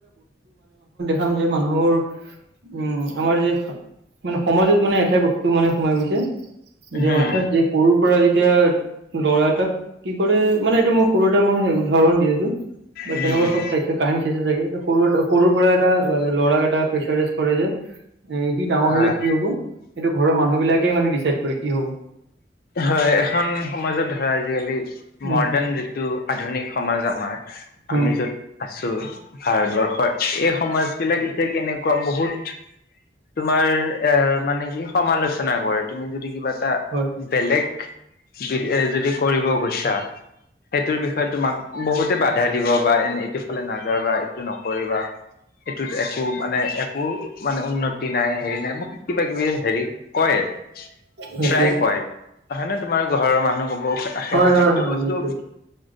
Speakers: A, on the right (about 70°); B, on the left (about 55°).
A: খাম যে মানুহৰ উম আমাৰ যে মানে সমাজত মানে এটাই বস্তু মানে সোমাই গৈছে
B: হম
A: যে মাথাত যে সৰু পৰা যেতিয়া লৰা এটাক কি কৰে মানে এইটো মই সৰুতে মই উদাহৰণ দি আছো বা
B: উম
A: তেনেকুৱা চব চাইছে কাহিনী শেষে থাকে সৰু সৰুৰ পৰা এটা ল'ৰাক এটা প্ৰেছাৰজ কৰে যে এ সি ডাঙৰ
B: হয়
A: হলে কি হব এইটো ঘৰৰ মানুহ বিলাকেই মানে ডিচাইড কৰে কি হব
B: হয় এখন সমাজত ধৰা আজিকালি
A: উম
B: মৰ্ডাৰ্ণ যিটো আধুনিক সমাজ আমাৰ
A: উম
B: আমি যত আছো ভাৰতবৰ্ষৰ এই সমাজ বিলাক এতিয়া কেনেকুৱা বহুত তোমাৰ এ মানে কি সমালোচনা কৰে তুমি যদি কিবা এটা
A: হয়
B: বেলেগ বিষ যদি কৰিব গৈছা সেইটোৰ বিষয়ে তোমাক বহুতে বাধা দিব বা এ এইটো ফালে নাযাবা এইটো নকৰিবা এইটোত একো মানে একো মানে উন্নতি নাই হেৰি নাই বহুত কিবা কিবি হেৰি কয়
A: সেইটোৱে
B: প্ৰায় কয় হয় নে তোমাৰ ঘৰৰ মানুহ ক'ব আশে
A: হয়
B: পাশে
A: হয়
B: এইটো
A: হয়
B: বস্তু
A: সেইটোৱে